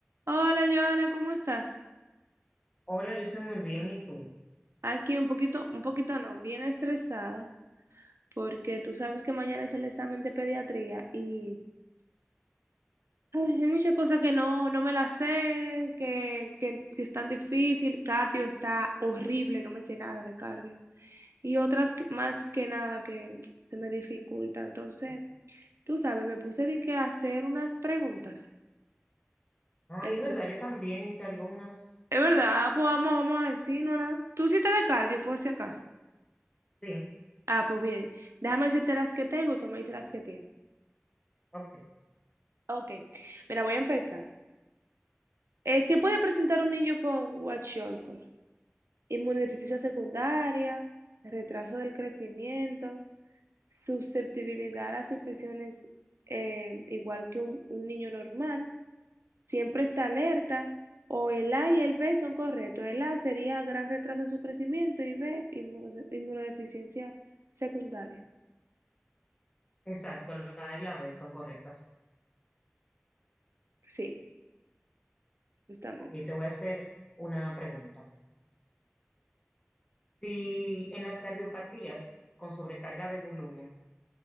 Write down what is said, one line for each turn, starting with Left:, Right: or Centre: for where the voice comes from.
Right: Hola Joana, ¿cómo estás?
Left: Hola, yo estoy muy bien, ¿y tú?
Right: Aquí un poquito, un poquito no, bien estresada, porque tú sabes que mañana es el examen de pediatría y ay, hay muchas cosas que no, no me las sé, que, que, que es tan difícil, cardio está horrible, no me sé nada de cardio. Y otras que- más que nada que se me dificulta. Entonces, tú sabes, me puse de que a hacer unas preguntas.
Left: Ay,
Right: Eh,
Left: es verdad, yo también hice algunas.
Right: es verdad, pues vamos, vamos a decírnosla. Tú sí estás de cardio, por si acaso.
Left: Sí,
Right: Ah, pues bien. Déjame decirte las que tengo y tú me dices las que tienes.
Left: ok.
Right: Ok. Mira, voy a empezar. Eh, ¿qué puede presentar un niño con kwashiorkor? Inmunodeficiencia secundaria, retraso del crecimiento, susceptibilidad a las infecciones eh, igual que un, un niño normal, siempre está alerta, o el A y el B son correctos. El A sería gran retraso en su crecimiento y B, inmunose- inmunodeficiencia secundaria.
Left: Exacto, la A y la B son correctas.
Right: Sí, justamente.
Left: Ok, te voy a hacer una pregunta. Si en las cardiopatías con sobrecarga de volumen